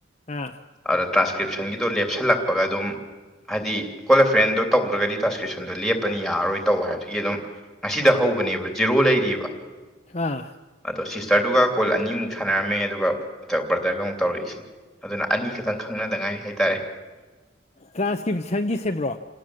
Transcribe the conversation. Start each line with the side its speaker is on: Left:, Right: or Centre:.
Left: ꯑꯥ
Centre: ꯑꯗ ꯇ꯭ꯔꯥꯟꯁꯀ꯭ꯔꯤꯞꯁꯟꯒꯤꯗꯣ ꯂꯦꯞ ꯁꯤꯜꯂꯛꯄꯒ ꯑꯗꯨꯝ ꯍꯥꯏꯗꯤ ꯀꯣꯜꯦꯐ꯭ꯔꯦꯟꯗꯣ ꯇꯧꯗ꯭ꯔꯒꯗꯤ ꯇ꯭ꯔꯥꯟꯁꯀ꯭ꯔꯤꯞꯁꯟꯗꯣ ꯂꯦꯞ ꯆꯠꯄꯅꯤ ꯌꯥꯔꯣꯏ ꯇꯧꯕ ꯍꯥꯏꯕꯗꯨꯒꯤ ꯑꯗꯨꯝ ꯉꯁꯤꯗ ꯍꯧꯕꯅꯦꯕ ꯖꯦꯔꯣ ꯂꯩꯔꯤꯕ
Left: ꯑꯥ
Centre: ꯑꯗꫭ ꯁꯤ ꯁꯔꯗꯨꯒ ꯀꯣꯜ ꯑꯅꯤꯃꯨꯛ ꯁꯥꯟꯅꯔꯝꯃꯦ ꯑꯗꯨꯒ ꯕ꯭ꯔꯗꯔꯒ ꯑꯃꯨꯛ ꯇꯧꯔꯛꯏꯁꯤꯅ ꯑꯗꯨꯅ ꯑꯅꯤꯈꯤꯛꯇꯪ ꯈꯪꯅꯗꯉꯥꯏ ꯍꯥꯏꯇꯥꯔꯦ
Left: ꯇ꯭ꯔꯥꯟꯁꯀ꯭ꯔꯤꯞꯁꯟꯒꯤꯁꯦꯕ꯭ꯔꯣ